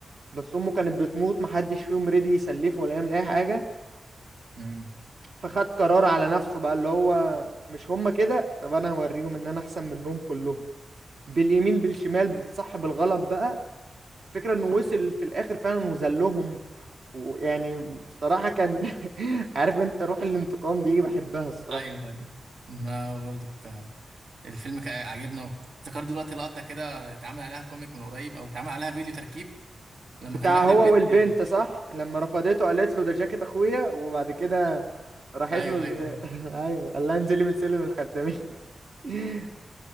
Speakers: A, on the right; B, on the right.
A: بس امه كانت بتموت محدش فيهم رضي يسلفه ولا يعمل اي حاجه
B: امم
A: فخد قرار على نفسه بقى اللي هو مش هما كده طب انا هوريهم ان انا احسن منهم كلهم باليمين بالشمال بالصح بالغلط بقى فكرة انه وصل في الاخر فعلا وذلهم ويعني بصراحة كان <laughs> عارف انت روح الانتقام دي بحبها الصراحة
B: أيوه أيوه لا برضو ك... الفيلم ك... عجبنا أوي افتكرت دلوقتي لقطة كده اتعمل عليها كوميك من قريب أو اتعمل عليها فيديو تركيب لما
A: بتاع
B: كان راح
A: هو
B: للبيت
A: والبنت
B: <laughs>
A: صح لما رفضته قالت له ده جاكيت اخويا وبعد كده راحت
B: أيوه
A: له ال...
B: أيوه أيوه
A: <laughs> ايوه قال لها انزلي من سلم الخدامين <laughs>